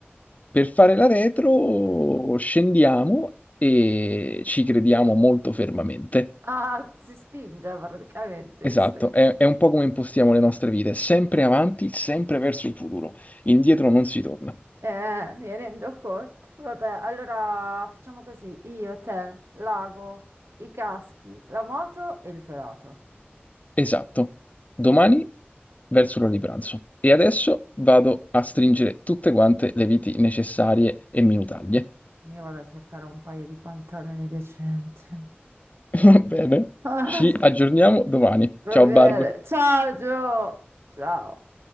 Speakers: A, on the left; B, on the right.
A: Per fare la retro scendiamo e ci crediamo molto fermamente.
B: Ah, si spinge praticamente,
A: Esatto,
B: visto?
A: è, è un po' come impostiamo le nostre vite, sempre avanti, sempre verso il futuro, indietro non si torna.
B: Eh, mi rendo conto. Vabbè, allora facciamo così. Io, te, l'ago, i caschi, la moto e il gelato.
A: Esatto, domani verso l'ora di pranzo. E adesso vado a stringere tutte quante le viti necessarie e minutaglie.
B: Io vado a cercare un paio di pantaloni decenti. <laughs>
A: <laughs> Va bene,
B: Ah,
A: ci aggiorniamo domani.
B: va
A: Ciao
B: bene.
A: Barb.
B: Ciao, Gio. Ciao.